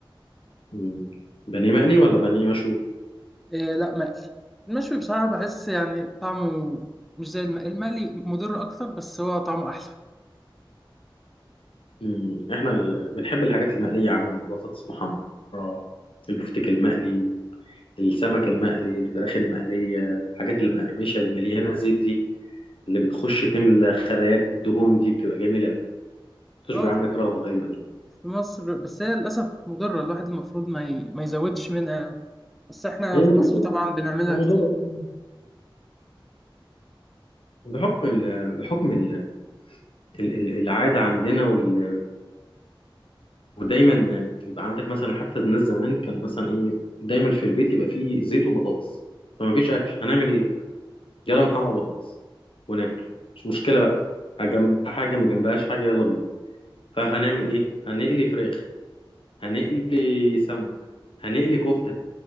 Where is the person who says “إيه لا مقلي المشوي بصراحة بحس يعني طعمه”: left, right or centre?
Centre